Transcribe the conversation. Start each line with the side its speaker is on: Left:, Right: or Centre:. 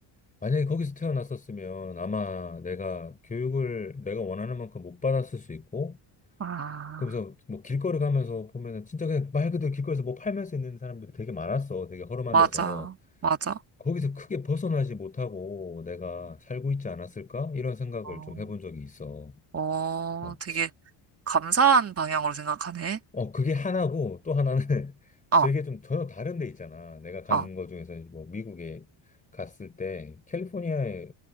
Left: 만약에 거기서 태어났었으면 아마 내가 교육을 내가 원하는 만큼 못 받았을 수 있고,
Right: 아,
Left: 그러면서 뭐 길거리 가면서 보면은 진짜 그냥 말 그대로 길거리에서 뭐 팔면서 있는 사람들이 되게 많았어. 되게 허름한
Right: 맞아,
Left: 데서.
Right: 맞아.
Left: 거기서 크게 벗어나지 못하고 내가 살고 있지 않았을까? 이런 생각을
Right: 어,
Left: 좀 해본 적이 있어.
Right: 어,
Left: 어.
Right: 되게 감사한 방향으로 생각하네.
Left: 어, 그게 하나고 또 하나는 <laughs>
Right: 어,
Left: 되게 좀 전혀 다른 데 있잖아. 내가 간
Right: 어,
Left: 거 중에서 이제 뭐 미국에 갔을 때, 캘리포니아에